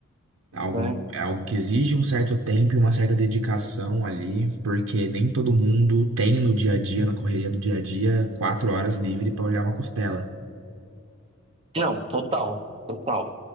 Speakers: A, on the right; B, on the right.
A: É Algo,
B: né?
A: é algo que exige um certo tempo e uma certa dedicação ali, porque nem todo mundo tem no dia a dia, na correria do dia a dia, quatro horas livre para olhar uma costela.
B: Não, total, total.